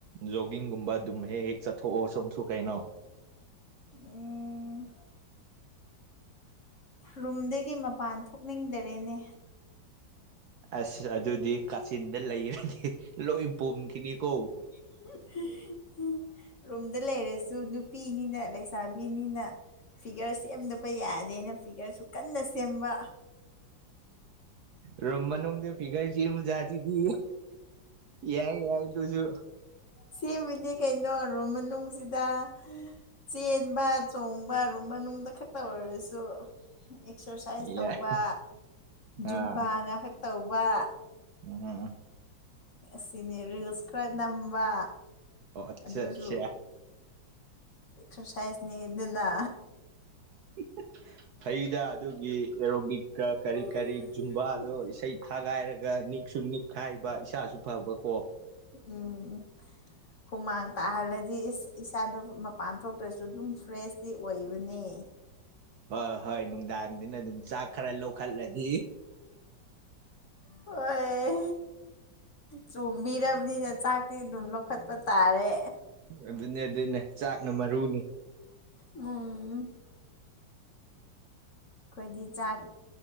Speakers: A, on the right; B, on the left.
A: ꯖꯣꯒꯤꯡꯒꯨꯝꯕ ꯑꯗꯨꯝ ꯍꯦꯛ ꯍꯦꯛ ꯆꯠꯊꯣꯛꯑꯣ ꯁꯣꯝꯁꯨ ꯀꯩꯅꯣ
B: ꯎꯝ ꯔꯨꯝꯗꯒꯤ ꯃꯄꯥꯟ ꯊꯣꯛꯅꯤꯡꯗꯔꯦꯅꯦ
A: ꯑꯁ ꯑꯗꯨꯗꯤ ꯀꯥꯆꯤꯟꯗ ꯂꯩꯔꯗꯤ ꯂꯣꯏ ꯄꯣꯝꯈꯤꯅꯤꯀꯣ
B: <unintelligible> ꯔꯨꯝꯗ ꯂꯩꯔꯁꯨ ꯅꯨꯄꯤꯅꯤꯅ ꯂꯩꯁꯥꯕꯤꯅꯤꯅ ꯐꯤꯒꯔ ꯁꯦꯝꯗꯕ ꯌꯥꯗꯦꯅ ꯐꯤꯒꯔꯁꯨ ꯀꯟꯅ ꯁꯦꯝꯕ
A: ꯔꯨꯝ ꯃꯅꯨꯡꯗ ꯐꯤꯒꯔ ꯁꯦꯝꯕ ꯖꯥꯠꯁꯤꯗꯤ ꯌꯥꯏ ꯌꯥꯏ ꯑꯗꯨꯁꯨ
B: ꯁꯦꯝꯃꯤꯅꯦ ꯀꯩꯅꯣ ꯔꯨꯝ ꯃꯅꯨꯡꯁꯤꯗ ꯆꯦꯟꯕ ꯆꯣꯡꯕ ꯔꯨꯝ ꯃꯅꯨꯡꯗ ꯈꯛꯇ ꯑꯣꯏꯔꯁꯨ ꯑꯦꯛꯁꯔꯁꯥꯏꯁ ꯇꯧꯕ
A: ꯌꯥꯏ
B: ꯖꯨꯝꯕꯥ
A: ꯑꯥ
B: ꯉꯥꯍꯛ ꯇꯧꯕ
A: ꯎꯝ ꯎꯝ ꯎꯝ
B: ꯑꯁꯤꯅꯤ ꯔꯤꯜꯁ ꯈꯔ ꯅꯝꯕ
A: ꯑꯠꯆꯥ
B: ꯑꯗꯨꯁꯨ
A: ꯑꯠꯆꯥ
B: ꯑꯦꯛꯁꯔꯁꯥꯏꯁꯅꯤꯗꯅ
A: <unintelligible> ꯐꯩꯗ ꯑꯗꯨꯒꯤ ꯑꯦꯔꯣꯕꯤꯛꯀ ꯀꯔꯤ
B: ꯎꯝ
A: ꯀꯔꯤ ꯖꯨꯝꯕꯥꯗꯣ ꯏꯁꯩ ꯊꯥꯒꯥꯏꯔꯒ ꯅꯤꯛꯁꯨ ꯅꯤꯛ ꯈꯥꯏꯕ ꯏꯁꯥꯁꯨ ꯐꯕ ꯀꯣ
B: ꯎꯝ ꯍꯨꯃꯥꯡ ꯇꯥꯍꯜꯂꯗꯤ ꯏꯁ ꯏꯁꯥꯗꯣ ꯃꯄꯥꯟ ꯊꯣꯛꯇ꯭ꯔꯁꯨ ꯑꯗꯨꯝ ꯐ꯭ꯔꯦꯁꯇꯤ ꯑꯣꯏꯕꯅꯦ
A: ꯍꯣꯏ ꯍꯣꯏ ꯅꯨꯡꯗꯥꯡꯗꯅ ꯑꯗꯨꯝ ꯆꯥꯛ ꯈꯔ ꯂꯧꯈꯠꯂꯅꯤ
B: ꯍꯣꯏ ꯆꯣꯡꯕꯤꯔꯕꯅꯤꯅ ꯆꯥꯛ ꯑꯗꯨꯝ ꯂꯧꯈꯠꯄ ꯇꯥꯔꯦ
A: ꯑꯗꯨꯅꯦ ꯑꯗꯨꯅꯦ ꯆꯥꯛꯅ ꯃꯔꯨꯅꯤ
B: ꯎꯝ ꯑꯩꯈꯣꯏꯗꯤ ꯆꯥꯛ